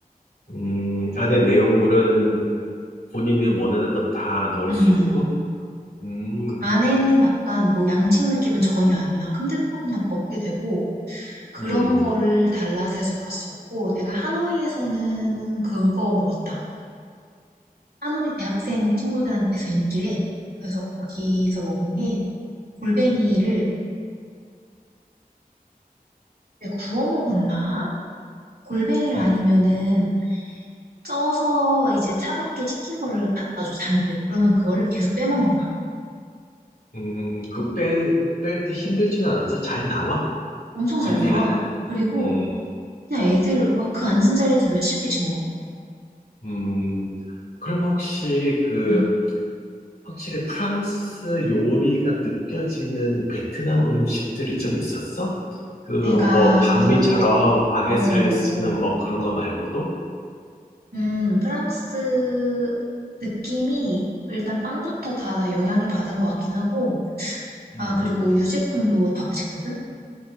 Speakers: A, on the left (about 85°); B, on the right (about 85°).
A: 음, 안에 내용물은 본인이 원하는 것 다 넣을
B: 음.
A: 수 있고, 음,
B: 안에는 약간 뭐 양식 느낌은 전혀 안 나. 근데 또 그냥 먹게 되고 그런
A: 음,
B: 거를 달랏에서 봤었고 내가 하노이에서는 그거 먹었다. 하노이 대학생 친구들한테서 인기래. 그래서 거기서 먹은 게 골뱅이를 왜 구워 먹었나? 골뱅이를
A: 음,
B: 아니면은 쪄서 이제 차갑게 식힌 거를 갖다 줘, 잔뜩. 그러면 그거를 계속 빼먹는 거야.
A: 음, 그 빼, 뺄 때 힘들지는 않았어? 잘 나와?
B: 엄청 잘
A: 분리가
B: 나와.
A: 잘 돼?
B: 그리고
A: 음,
B: 그냥 애들 막 그 앉은 자리에서 몇십 개씩 먹어.
A: 음. 그러면 혹시 그,
B: 응.
A: 확실히 프랑스 요리가 느껴지는 베트남 음식들이 좀 있었어? 그, 뭐,
B: 내가,
A: 반미처럼 바게트를
B: 어,
A: 쓰는 뭐 그런 거 말고도?
B: 음, 프랑스 느낌이 일단 빵부터 다 영향을 받은 것 같긴 하고,
A: 음.
B: 아, 그리고 유제품도 다 맛있거든?